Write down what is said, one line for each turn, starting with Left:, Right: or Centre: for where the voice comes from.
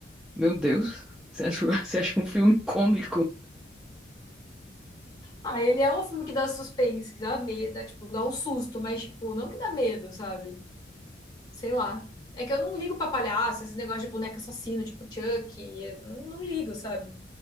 Centre: Meu Deus, você acha, <laughs> você acha um filme cômico?
Left: Ah, ele é um filme que dá suspense, que dá medo, dá, tipo, dá um susto, mas, tipo, não que dá medo, sabe? Sei lá. É que eu não ligo pra palhaço, esse negócio de boneca assassino, tipo Chuck, eu não, não ligo, sabe?